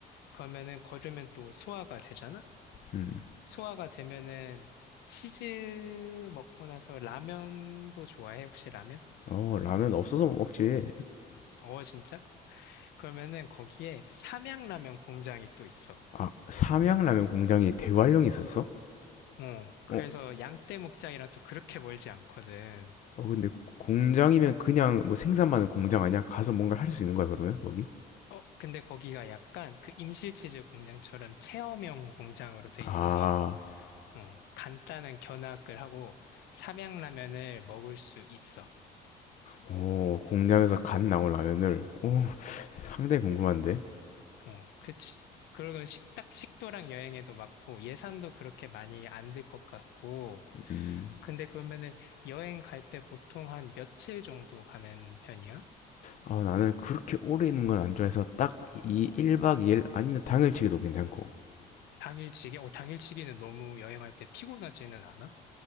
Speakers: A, on the left; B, on the left.
A: 그러면은 걸으면 또 소화가 되잖아?
B: 음
A: 소화가 되면은 치즈 먹고 나서 라면도 좋아해, 혹시 라면?
B: 어, 라면 없어서 못 먹지.
A: 어, 진짜? 그러면은 거기에 삼양라면 공장이 또 있어.
B: 아, 삼양라면 공장이 대관령에 있었어?
A: 어, 그래서
B: 어,
A: 양떼목장이랑 또 그렇게 멀지 않거든.
B: 어, 근데 공장이면 그냥 뭐 생산만 은 공장 아니야? 가서 뭔가 할 수 있는 거야, 그러면? 거기?
A: 어, 근데 거기가 약간 그 임실치즈 공장처럼 체험형 공장으로 돼
B: 아,
A: 있어서 어, 간단한 견학을 하고 삼양라면을 먹을 수 있어.
B: 오, 공장에서 갓 나온 라면을. 오, <laughs> 상당히 궁금한데.
A: 어, 그치. 그러면 식탁, 식도락 여행에도 맞고 예산도 그렇게 많이 안 들 것 같고.
B: 음.
A: 근데 그러면은 여행 갈 때 보통 한 며칠 정도 가는 편이야?
B: 아, 나는 그렇게 오래 있는 건 안 좋아해서 딱 이 1박 2일 아니면 당일치기도 괜찮고.
A: 당일치기? 어, 당일치기는 너무 여행할 때 피곤하지는 않아?